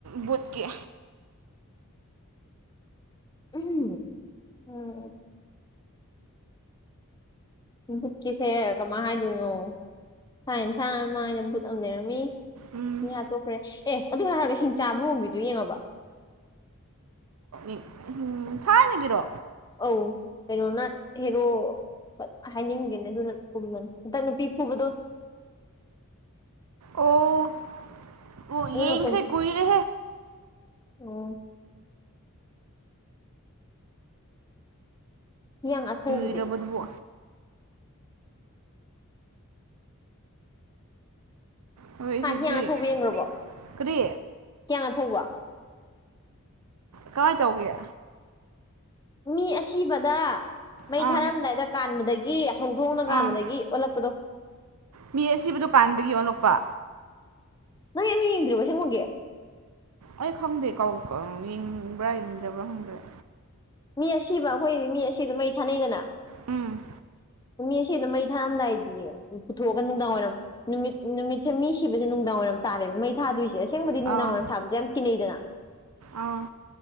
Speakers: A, on the right (about 80°); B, on the left (about 20°).
A: ꯚꯨꯠꯀꯤ
B: ꯎꯝ ꯎꯝ ꯕꯨꯠꯀꯤꯁꯦ ꯀꯃꯥꯏꯅ ꯍꯥꯏꯗꯣꯏꯅꯣ ꯁꯥꯥꯏꯅ ꯊꯥ ꯃꯥꯩꯅ ꯕꯨꯠ ꯑꯃ ꯂꯩꯔꯝꯃꯤ
A: ꯎꯝ
B: ꯃꯤꯌꯥꯥ ꯇꯣꯛꯈ꯭ꯔꯦ ꯑꯦ ꯑꯗꯨ ꯍꯥꯏꯔꯕꯒ ꯍꯤꯡꯆꯥꯥꯕ ꯃꯨꯝꯕꯤꯗꯨ ꯌꯦꯡꯉꯣꯕ
A: ꯎ ꯊꯥꯏꯅꯒꯤꯔꯣ
B: ꯑ ꯀꯩꯅꯣꯅ ꯍꯦꯔꯣ ꯍꯥꯏꯅꯤꯡꯗꯦꯅꯦ ꯑꯗꯨꯅ ꯄꯨꯝꯕꯅꯤ ꯍꯟꯇ ꯅꯨꯄꯤ ꯐꯨꯕꯗꯣ
A: ꯑꯣ ꯑꯣ
B: ꯑꯗꯨꯅ
A: ꯌꯦ ꯏꯁꯦ ꯀꯨꯏꯔꯦ
B: ꯑꯣ ꯍꯤꯌꯥꯡ ꯑꯊꯧꯕꯗꯤ
A: ꯎꯔꯕꯗꯕꯨ ꯍꯣꯏ
B: ꯍꯥ
A: ꯍꯧꯖꯤꯛ
B: ꯍꯤꯌꯥꯡꯅ ꯊꯧꯕ ꯌꯦꯡꯈ꯭ꯔꯕꯣ
A: ꯀꯔꯤ
B: ꯍꯤꯌꯥꯡꯅ ꯊꯧꯕ
A: ꯀꯃꯥꯏꯅ ꯇꯧꯒꯦ
B: ꯃꯤ ꯑꯁꯤꯕꯗ ꯃꯩ
A: ꯑꯥ
B: ꯊꯥꯔꯝꯗꯥꯏꯗ ꯀꯥꯟꯕꯗꯒꯤ ꯍꯧꯗꯣꯡꯅ ꯀꯥꯟꯕꯗꯒꯤ
A: ꯑꯥ
B: ꯑꯣꯜꯂꯛꯄꯗꯣ
A: ꯃꯤ ꯑꯁꯤꯕꯨꯗꯨ ꯀꯥꯟꯕꯒꯤ ꯑꯣꯂꯛꯄ
B: ꯅꯣꯏ ꯑꯗꯨ ꯌꯦꯡꯗ꯭ꯔꯤꯕ ꯁꯦꯝꯃꯨꯒꯦ
A: ꯑꯩ ꯈꯪꯗꯦ ꯀꯥꯎ ꯌꯦꯡꯕ꯭ꯔꯥ ꯌꯦꯡꯗꯕ꯭ꯔꯥ ꯍꯪꯗꯕ꯭ꯔꯥ
B: ꯃꯤ ꯑꯁꯤꯕ ꯑꯩꯈꯣꯏꯗꯤ ꯃꯤ ꯑꯁꯤꯗꯣ ꯃꯩ ꯊꯥꯅꯩꯗꯅ
A: ꯎꯝ
B: ꯃꯤ ꯑꯁꯤ ꯑꯗꯨꯝ ꯃꯩ ꯊꯥꯔꯝꯗꯥꯏꯗꯤ ꯄꯨꯊꯣꯛꯑꯒ ꯅꯨꯡꯗꯥꯡ ꯋꯥꯏꯔꯝ ꯅꯨꯃꯤꯠ ꯅꯨꯃꯤꯠꯁꯦ ꯃꯤ ꯁꯤꯕꯁꯦ ꯅꯨꯡꯗꯥꯡ ꯃꯔꯝ ꯇꯥꯔꯦꯕ ꯃꯩ ꯊꯗꯣꯏꯁꯦ ꯑꯁꯦꯡꯕꯗꯤ
A: ꯑꯥ
B: ꯅꯨꯡꯗꯥꯡ ꯋꯥꯏꯔ ꯊꯥꯕꯁ ꯌꯥꯝ ꯀꯤꯟꯅꯩꯗꯅ
A: ꯑꯥ